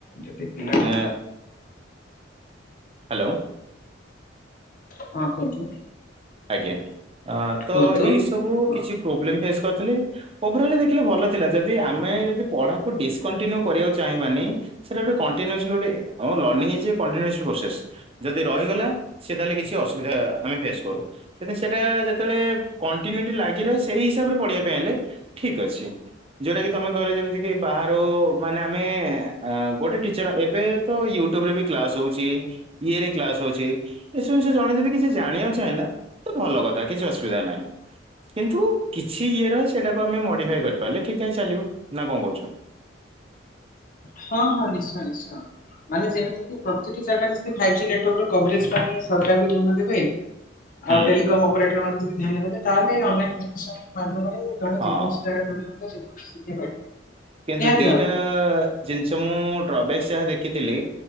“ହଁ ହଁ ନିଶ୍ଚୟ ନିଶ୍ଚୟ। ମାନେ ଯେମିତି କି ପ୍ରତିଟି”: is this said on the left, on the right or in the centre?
Left